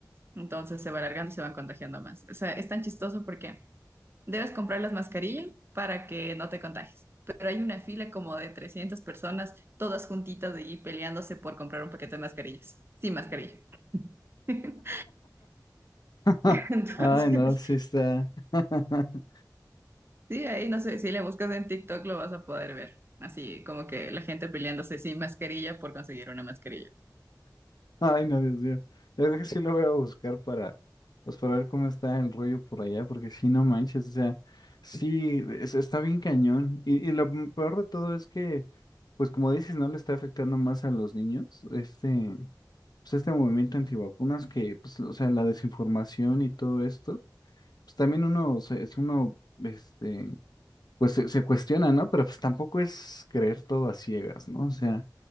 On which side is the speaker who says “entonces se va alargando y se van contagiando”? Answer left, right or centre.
Right